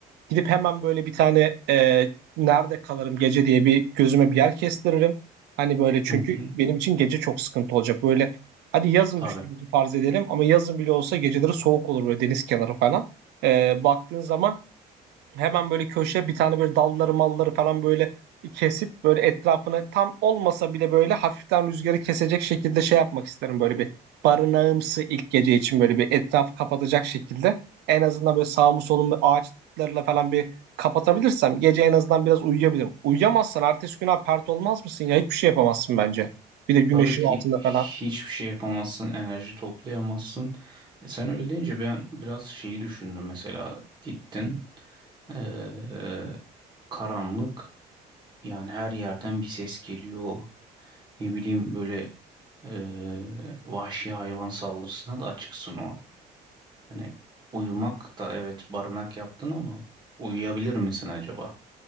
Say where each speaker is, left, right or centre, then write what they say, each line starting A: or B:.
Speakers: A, on the right; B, on the right.
A: Gidip hemen böyle bir tane e, nerede kalırım gece diye bir gözüme bir yer kestiririm. Hani böyle çünkü
B: Hı hı.
A: benim için gece çok sıkıntı olacak. Böyle hadi yazın
B: Tabii.
A: düştüğümüzü farz edelim ama yazın bile olsa geceleri soğuk olur böyle deniz kenarı falan. E, baktığın zaman Hemen böyle köşe bir tane böyle dalları malları falan böyle kesip böyle etrafını tam olmasa bile böyle hafiften rüzgarı kesecek şekilde şey yapmak isterim böyle bir barınağımsı ilk gece için böyle bir etrafı kapatacak şekilde en azından böyle sağımı solumu ağaçlarla falan bir kapatabilirsem gece en azından biraz uyuyabilirim. Uyuyamazsan ertesi gün abi pert olmaz mısın ya hiçbir şey yapamazsın bence. Bir de güneşin
B: Tabii ki
A: altında
B: hiçbir
A: falan.
B: şey yapamazsın, enerji toplayamazsın. E sen öyle deyince ben biraz şeyi düşündüm mesela gittin eee, karanlık yani her yerden bir ses geliyor. Ne bileyim böyle eee, vahşi hayvan saldırısına da açıksın o an. Hani uyumak da evet barınak yaptın ama uyuyabilir misin acaba?